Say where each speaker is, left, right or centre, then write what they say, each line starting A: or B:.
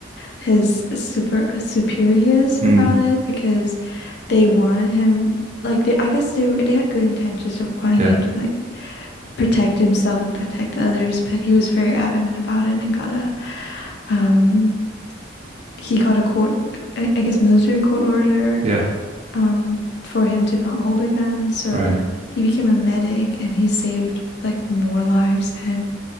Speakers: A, on the left; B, on the right.
A: his super uh, superiors
B: Mm.
A: about it because they wanted him like they, I guess they they had good intentions of wanting
B: Yeah,
A: him to like protect himself and protect others, but he was very adamant about it and got a um he got a court I, I guess military court order
B: yeah,
A: um for him to not hold a gun, so
B: right.
A: he became a medic and he saved like more lives than